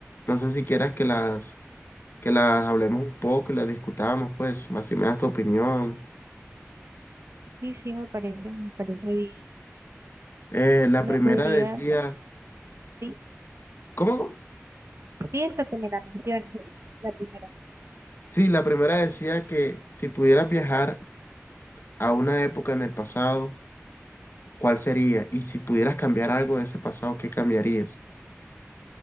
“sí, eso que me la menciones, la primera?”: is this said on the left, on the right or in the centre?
Right